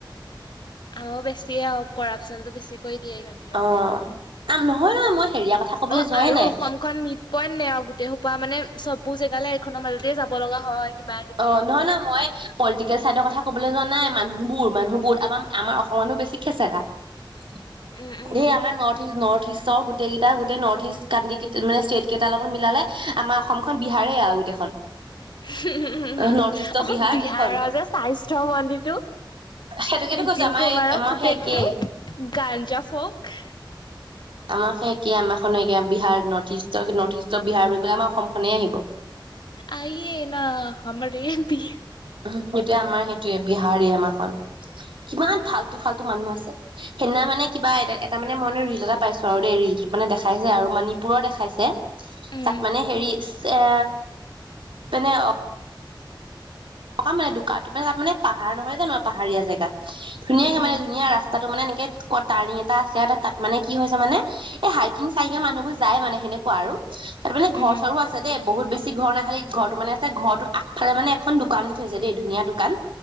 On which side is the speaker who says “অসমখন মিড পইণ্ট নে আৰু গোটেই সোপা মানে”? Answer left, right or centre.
Left